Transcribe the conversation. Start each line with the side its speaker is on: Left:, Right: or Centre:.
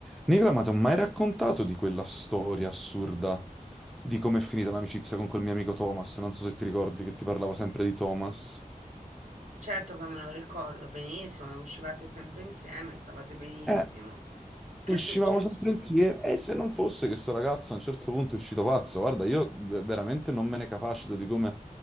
Centre: Nicola, ma ti ho mai raccontato di quella storia assurda di come è finita l'amicizia con quel mio amico Thomas? Non so se ti ricordi che ti parlavo sempre di Thomas.
Right: Certo che me lo ricordo benissimo, e uscivate sempre insieme, stavate benissimo.
Centre: Eh,
Right: Che
Centre: uscivamo
Right: è successo?
Centre: sempre insieme e se non fosse che sto ragazzo a un certo punto è uscito pazzo, guarda, io v- veramente non me ne capacito di come